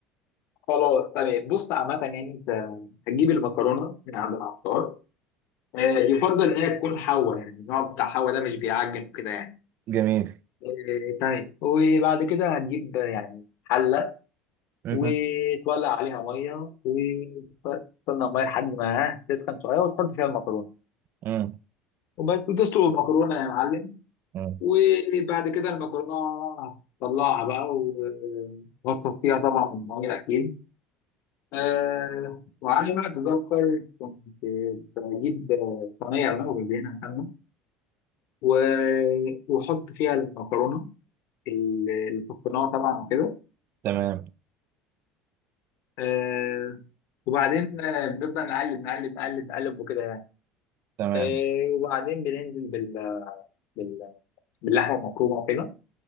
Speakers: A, on the left; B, on the right.
A: خلاص تمام بص عامة يعني انت هتجيب المكرونة من عند العطار آه، يفضل ان هي تكون حوا يعني النوع بتاع حوا ده مش بيعجن كده يعني
B: جميل
A: آه، تمام وبعد كده هتجيب آه، يعني حلة
B: مهم.
A: وتولع عليها ميه وتستنى الميه لحد ما ها تسخن شويه وتحط فيها المكرونه
B: مم.
A: وبس وتسلق المكرونه يا معلم
B: مم.
A: وبعد كده المكرونه هتطلعها بقى و- وهتصفيها طبعا من الميه اكيد أه وعلى ما اتذكر كنت بجيب صينيه بقى وبدهنها سمنه و- واحط فيها المكرونه اللي صفيناها طبعا وكده
B: تمام
A: أه وبعدين آه، بنبدأ نقلب نقلب نقلب نقلب وكده
B: تمام
A: آه، وبعدين بننزل بال... بال... باللحمه المفرومه وكده